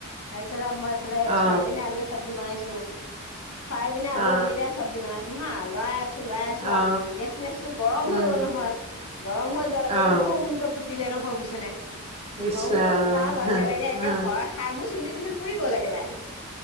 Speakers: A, on the left; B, on the right.
A: তাৰিছত মই এইফাল
B: অ
A: চৰাইবিনে আলুৰে চব্জি বনাইছো। দু চৰাইবিন, আলু,
B: অ অ
A: অমিতা, চব্জি বনাইছোঁ হা? লৈ আছো। লাই আছোৱা
B: অ অ
A: গেছ মেচটো গৰম
B: উম
A: হৈ গ'ল নহয়। হয় গৰম হৈ যোৱাৰ লগে-লগে
B: অ
A: ধমকাে ফু দিলে নহয় বুজিছে নে?
B: ইচ
A: ধমকে
B: ৰাম
A: ফুটা লগে-লগে একে
B: অ
A: ভয় খাই মোৰ চুলি-তুলি পুৰী গ'ল একেবাৰে।